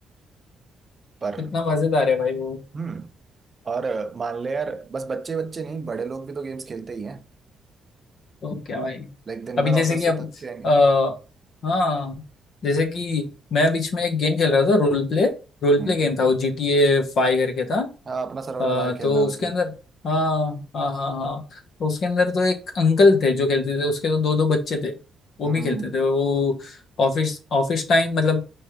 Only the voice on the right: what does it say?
पर
हम्म और अ, मान ले यार बस बच्चे बच्चे नहीं बड़े लोग भी तो गेम्स खेलते ही हैं
लाइक दिन
भर
ऑफिस
से
थक के आएंगे
हम्म
हाँ अपना सर्वर
बना के
खेलने वाला
सीन
हम्म